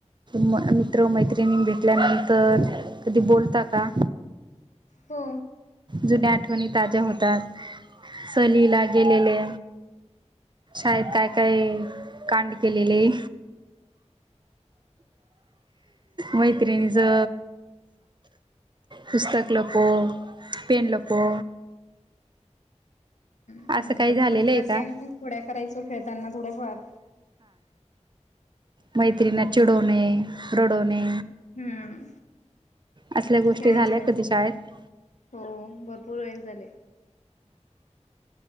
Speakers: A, on the right; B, on the left.
A: म मित्र मैत्रिणी भेटल्यानंतर कधी बोलता का
B: हो
A: जुन्या आठवणी ताज्या होतात सलीला गेलेले ायेतय काय कांड केलेली मैत्रिणी ज पुस्तक लपो पेन लपो
B: आम्ही
A: असं काही
B: लपत
A: झालेलं
B: वगैरे
A: आहे का
B: घन थोड्या करायचो खेळताना थोडफार
A: मैत्री ना चिडोने रडोने
B: हम्म
A: असल्या गोष्टी
B: खेळायच्या
A: झाल्या
B: वेळेस
A: कधी शाळेत
B: हो भरपूर वेळे झाले